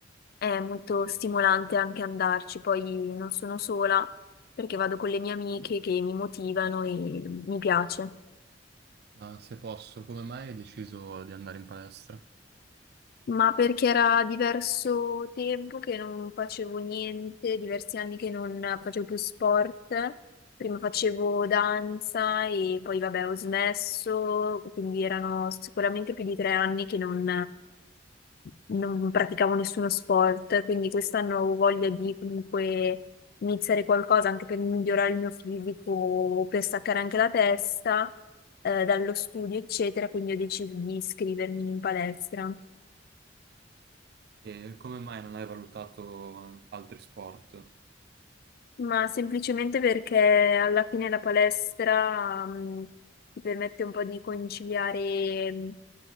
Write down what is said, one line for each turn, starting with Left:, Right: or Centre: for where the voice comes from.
Left: è molto stimolante anche andarci. Poi non sono sola perché vado con le mie amiche che mi motivano e mi piace.
Right: Ma se posso, come mai hai deciso di andare in palestra?
Left: ma perché era diverso tempo che non facevo niente, diversi anni che non facevo più sport. Prima facevo danza e poi vabbè ho smesso, quindi erano sicuramente più di tre anni che non, non praticavo nessuno sport, quindi quest'anno ho voglia di comunque iniziare qualcosa anche per migliorare il mio fisico, per staccare anche la testa eh, dallo studio, eccetera, quindi ho deciso di iscrivermi in palestra.
Right: E come mai non hai valutato altri sport?
Left: Ma semplicemente perché alla fine la palestra, mh, ti permette un po' di conciliare, mh,